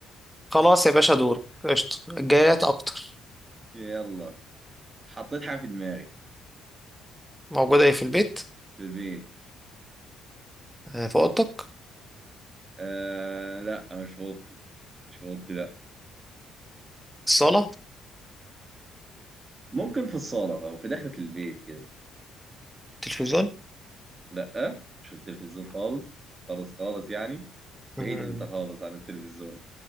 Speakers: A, in the centre; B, on the right (about 30°).
A: خلاص يا باشا دورك قشطة الجايات اكتر
B: يلا حطيت حاجة في دماغي
A: موجودة ايه في البيت
B: في البيت
A: آه، في اوضتك
B: آه لا مش في أوضتي مش في أوضتي لا
A: الصالة
B: ممكن في الصالة أو في داخلة البيت كده
A: تلفزيون
B: لا مش في التلفزيون خالص خالص خالص يعني بعيد
A: مم.
B: أنت خالص عن التلفزيون